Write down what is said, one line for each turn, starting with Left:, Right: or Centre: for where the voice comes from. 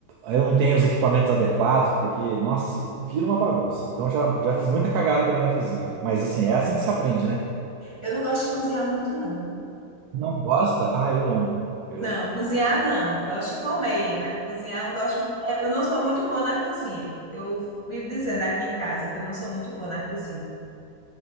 Right: eu não tenho os equipamentos adequados, porque, nossa, vira uma bagunça. Então já, já fiz muita cagada também na cozinha. Mas assim, é assim que se aprende, né?
Left: Eu não gosto de cozinhar muito, não, viu?
Right: Não gosta? Ah, eu amo. Eu,
Left: Não,
Right: é.
Left: cozinhar não. Gosto de comer, mas de cozinhar eu não gosto muito. É, Eu não sou muito boa na cozinha. Eu vivo dizendo aqui em casa que eu não sou muito boa na cozinha.